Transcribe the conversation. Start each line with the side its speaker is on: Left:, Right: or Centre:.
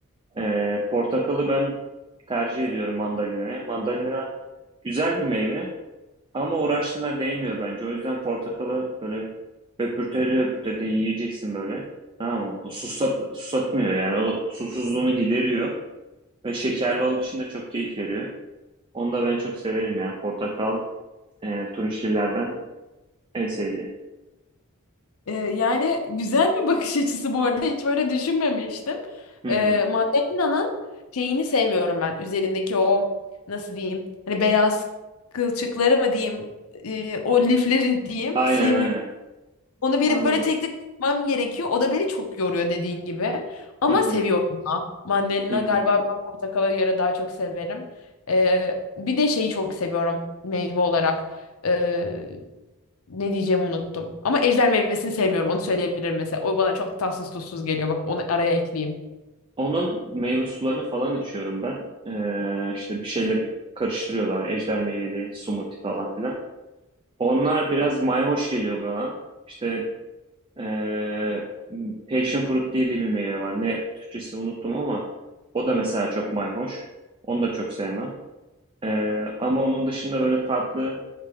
Right: E, portakalı ben tercih ediyorum mandalinaya. Mandalina güzel bir meyve. Ama uğraştığına değmiyor bence. O yüzden portakalı böyle höpürtede höpürtede yiyeceksin böyle. Tamam mı? O Susat, susatmıyor yani. O susuzluğunu gideriyor. Ve şekerli olduğu için de çok keyif veriyor. Onu da ben çok severim yani. Portakal e, turunçgillerden en sevdiğim.
Left: Ee, yani güzel bir bakış açısı bu arada. Hiç böyle düşünmemiştim.
Right: Hı
Left: Ee,
Right: hı.
Left: Mandalina'nın şeyini sevmiyorum ben. Üzerindeki o nasıl diyeyim? Hani beyaz kılçıkları mı diyeyim? Ee, o lifleri diyeyim.
Right: Aynen
Left: Sevmiyorum.
Right: aynen.
Left: Onu benim
Right: Anladım.
Left: böyle tek tek tutmam gerekiyor. O da beni çok yoruyor dediğin gibi. Ama
Right: Hı hı.
Left: seviyorum ya. Mandalina
Right: Hı hı.
Left: galiba ben portakala göre daha çok severim. Ee, bir de şeyi çok seviyorum meyve olarak. Ee, ne diyeceğimi unuttum. Ama ejder meyvesini sevmiyorum. Onu söyleyebilirim mesela. O bana çok tatsız tuzsuz geliyor. Bak onu araya ekleyeyim.
Right: Onun meyve sularını falan içiyorum ben. E, işte bir şeyle karıştırıyorlar. Ejder meyveli smoothie falan filan. Onlar biraz mayhoş geliyor bana. İşte Ee, Passion Fruit diye de bir meyve var. Ne Türkçesi unuttum ama o da mesela çok mayhoş. Onu da çok sevmem. Ee, ama onun dışında böyle tatlı